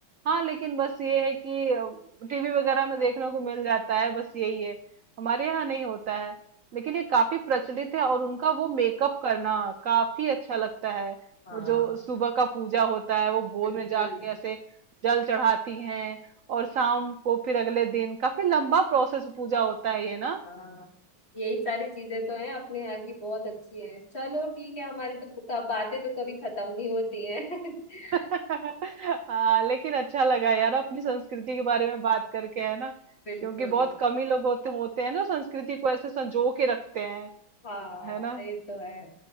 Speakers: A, on the right; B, on the left.
A: हाँ लेकिन बस ये है कि टीवी वगैरह में देखने को मिल जाता है बस यही है हमारे यहाँ नहीं होता है लेकिन ये काफी प्रचलित है और उनका वो मेकअप करना काफी अच्छा लगता है
B: हाँ
A: वो जो सुबह का पूजा होता है वो भोर
B: बिल्कुल
A: में जाके ऐसे जल चढ़ाती हैं और शाम को फिर अगले दिन काफी लंबा प्रोसेस पूजा होता है ये
B: हाँ
A: ना
B: यही सारी चीजें तो हैं अपने यहाँ की बहुत अच्छी हैं चलो ठीक है हमारी तो क- बातें तो कभी खत्म नहीं होती हैं <laughs>
A: <laughs> हाँ लेकिन अच्छा लगा यार अपनी संस्कृति के बारे में बात करके है ना
B: बिल्कुल
A: क्योंकि बहुत कम ही लोग होते होते हैं ना संस्कृति को ऐसे संजो के रखते हैं
B: हाँ
A: है ना
B: ये तो है